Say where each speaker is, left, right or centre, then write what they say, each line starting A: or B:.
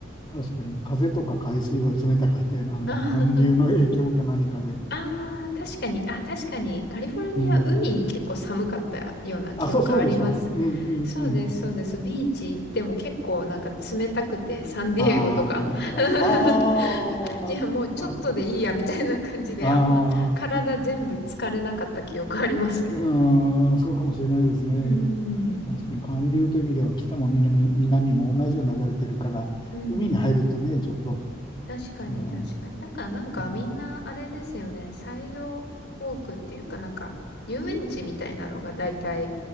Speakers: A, on the left; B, on the left.
A: 確かに風とか海水は冷たかったような、あの、まあ、
B: <laughs>
A: 寒流の影響か何かで。
B: あーあー、確かに、あ、確かに、カリフォルニア、
A: うん。
B: 海結構寒かったような記憶あります。
A: あ、そうそうでしょう。うんうんうん。
B: そうです、そうです。ビーチ行っても結構なんか冷たくて、サンディエゴとか。
A: あーあー、
B: <laughs> いや、もうちょっとでいいや、
A: あ
B: みたいな感じで、
A: あ、
B: あんま体全部疲れなかった記憶ありますね。
A: うーん、そうかもしれないですね。
B: うーん、
A: 確かに寒流という意味では北も南、南も同じように流れてるから、
B: うん。
A: 海に入るとね、ちょっと
B: 確かに確かに。
A: うん、
B: だからなんかみんなあれですよね。
A: うん。
B: サイドウォークっていうかなんか遊園地みたいなのが大体